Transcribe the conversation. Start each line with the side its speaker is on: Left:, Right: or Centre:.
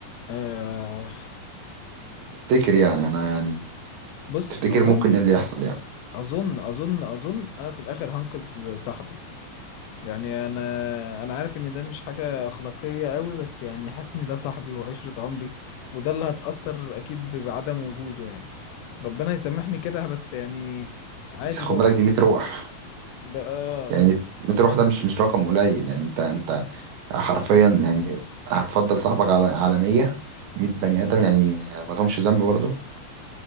Left: آه
Right: تفتكر يعني انا يعني
Left: بص
Right: تفتكر
Left: اظن
Right: ممكن ايه اللي يحصل يعني
Left: اظن اظن اظن انا في الاخر هنقذ صاحبي يعني انا انا عارف ان ده مش حاجه اخلاقيه قوي بس يعني حاسس ان ده صاحبي وعشره عمري وده اللي هتاثر اكيد ب- بعدم وجوده يعني ربنا يسامحني كده بس يعني عادي
Right: بس خد
Left: بقى
Right: بالك دي 100 روح
Left: بقى
Right: يعني 100 100 روح ده مش مش رقم قليل يعني انت انت حرفيا يعني هتفضل صاحبك على على 100 100 بني ادم يعني ما لهمش ذنب برضه